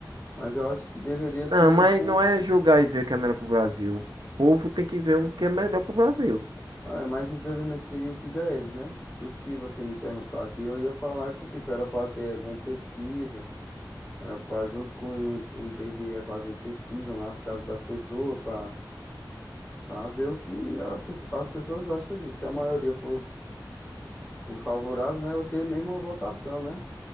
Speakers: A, on the left; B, on the right.
A: Mas eu acho que deveria
B: Não,
A: ter, tipo.
B: mas não é julgar e ver o que é melhor pro Brasil. O povo tem que ver o que é melhor pro Brasil.
A: ah, É, mas infelizmente quem decide é eles, né? Por isso que você me interrompeu aqui. Eu ia falar que, tipo, era pra ter alguma pesquisa. Era pra, junto com o IBGE, fazer pesquisa nas casas das pessoas. Pra, pra ver o que a pesso- as pessoas acham disso. Se a maioria fosse, for favorável, né? Eu ter mesmo uma votação, né?